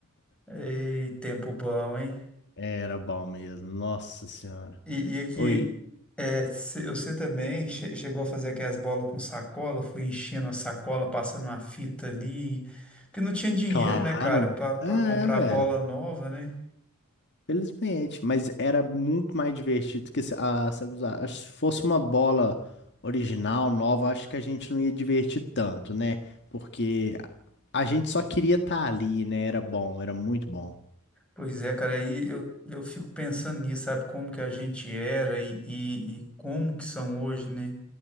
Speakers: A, in the centre; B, on the left.
A: Ei, tempo bom, hein?
B: era bom mesmo. Nossa Senhora.
A: E, e aqui,
B: Oi,
A: é, cê- você também che- chegou a fazer aquelas bolas com sacola, foi enchendo a sacola, passando uma fita ali. Porque não tinha dinheiro,
B: claro.
A: né, cara, pra, pra
B: É,
A: comprar
B: velho.
A: bola nova, né?
B: Felizmente, mas era muito mais divertido que se- a, se usar. Acho que Se fosse uma bola original, nova, acho que a gente não ia divertir tanto, né? Porque a gente só queria estar ali, né? Era bom, era muito bom.
A: Pois é, cara, aí eu, eu fico pensando nisso, sabe, como que a gente era e, e, e como que são hoje, né?